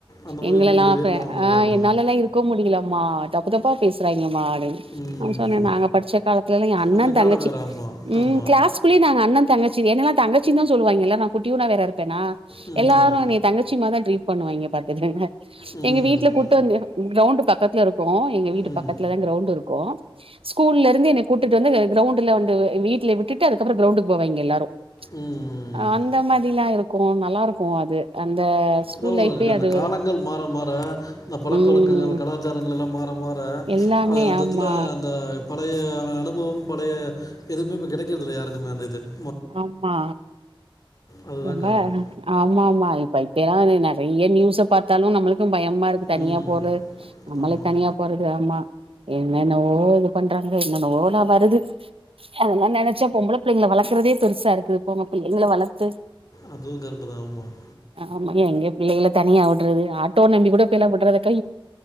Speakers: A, on the left; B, on the right.
A: அந்த மாதிரி
B: எங்கல்லாம்
A: இருக்க முடியலன்னு
B: ஆப்பறேன்
A: அவங்களுக்கு
B: ஆஹ்
A: ஆமாம்
B: என்னால எல்லாம் இருக்க முடியலமா தப்புதப்பா பேசுறாங்கம்மா
A: ம்
B: சொன்னறேன் நாங்க படிச்ச காலத்து அண்ணன்
A: அந்த காலம்
B: தங்கச்சி
A: வேறு ஆமாம்
B: உம்
A: ஆமாம்
B: கிளாஸ்குள்ளயே நாங்க அண்ணன் தங்கச்சி என்னாம் தங்கச்சி தான் சொல்லாங்கல்ல ந குட்டிடா வேறது னா
A: ம்
B: எல்லாரும் என்ன தங்கச்சி மா தான் டீரீட்பண்ணுவாங்க பாத்துங்க
A: ம்
B: எங்க வீட்டுல கூட்டட்டு வந்து கிரௌண்ட் <unintelligible> பக்கத்ல இருக்கும் எங்க வீட்டு
A: ம்
B: பக்கத்துலதான் கிரௌண்ட் இருக்கும் ஸ்கூல்ல இருந்து என்னை கூட்டிட்டு வந்து கிரௌண்ட்ல வந்து வீட்டுல விட்டுட்டு அதுக்கப்புறம் கிரௌண்டுக்கு போவாங்க எல்லாரும்
A: ம் ம்
B: அஹ் அந்த மாதிரிலாம் இருக்கும் க்கும் நல்லா இருக்கும் அது அந்த ஸ்கூல்
A: அளவு
B: லைஃப்லயே
A: அந்த
B: அது
A: காலங்கள் மாற மாற இந்த பழக்க
B: ம்
A: வழக்கங்கள் கலாச்சாரங்கள் எல்லாம் மாற மாற
B: எல்லாமே
A: அது அந்தத்துல
B: ஆமா
A: அந்த அது பழைய அனுபவம் பழைய எதுவுமே இப்ப கிடைக்கிறது இல்லை யாருக்குமே அது <unintelligible>
B: ஆமா
A: அதுதான்
B: ரொம்ப
A: காரணம்
B: ஆமா ஆமா இப்ப இப்பயெல்லாம் நிறைய நியூஸ்ச பார்த்தாலும் பயமா இருக்கு தனியா
A: ம்
B: போறது நம்மளே
A: ஆமாம்
B: தனியா போறது ஆமா என்னென்னவோ இது பண்றாங்க என்னென்னலாம வருது அதெல்லாம் நினைச்சா பொம்பள பிள்ளைங்களை வழக்குறதே பெருசா இருக்கு பொம்பள பிள்ளைங்களை வளர்த்து
A: அதுவும் கரெக்டு தான் ஆமாம்
B: ஆமா எங்க பிள்ளைகளை தனியா விடுறது ஆட்டோ நம்பி கூடெல்லாம் விடுறதுக்கே